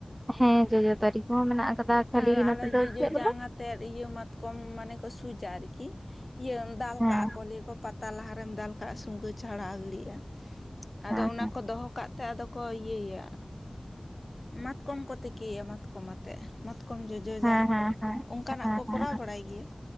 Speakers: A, on the right (about 20°); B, on the left (about 50°).
A: ᱦᱮᱸ ᱡᱚᱡᱚ ᱫᱟᱨᱮ ᱠᱚᱦᱚᱸ ᱢᱮᱱᱟᱜ ᱟᱠᱟᱫᱟ ᱠᱷᱟᱹᱞᱤ
B: ᱟᱨ
A: ᱱᱚᱛᱮ
B: ᱟᱞᱮ
A: ᱫᱚ
B: ᱡᱚᱡᱚ
A: ᱪᱮᱫ ᱵᱚᱞᱮ
B: ᱡᱟᱝ ᱟᱛᱮ ᱤᱭᱟᱹ ᱢᱟᱛᱠᱚᱢ ᱢᱟᱱᱮ ᱠᱚ ᱥᱩᱡᱟ ᱟᱨᱠᱤ ᱤᱭᱟᱹ ᱫᱟᱞ
A: ᱦᱮᱸ
B: ᱠᱟᱜ-ᱟ ᱠᱚ ᱞᱟᱹᱭ ᱠᱚ ᱯᱟᱛ ᱛᱟ ᱞᱟᱦᱟᱨᱮᱢ ᱫᱟᱞ ᱠᱟᱜ-ᱟ ᱥᱩᱜᱟᱹ ᱪᱷᱟᱲᱟ ᱜᱤᱲᱤᱜ-ᱟ ᱟᱫᱚ
A: ᱦᱮᱸ
B: ᱚᱱᱟ ᱠᱚ ᱫᱚᱦᱚ ᱠᱟᱜ ᱛᱮ ᱟᱫᱚ ᱠᱚ ᱤᱭᱟᱹᱭᱟ ᱢᱟᱛᱠᱚᱢ ᱠᱚ ᱛᱤᱠᱤᱭᱟ ᱢᱟᱛᱠᱚᱢ ᱟᱛᱮᱜ ᱠᱚᱢ ᱡᱚᱡᱚ
A: ᱦᱮᱸ
B: ᱡᱟᱝ
A: ᱦᱮᱸ ᱦᱮᱸ
B: ᱚᱱᱠᱟᱱᱟᱜ
A: ᱦᱮᱸ ᱦᱮᱸ
B: ᱠᱚ ᱠᱚᱨᱟᱣ
A: ᱦᱮᱸ
B: ᱵᱟᱲᱟᱭ ᱜᱮᱭᱟ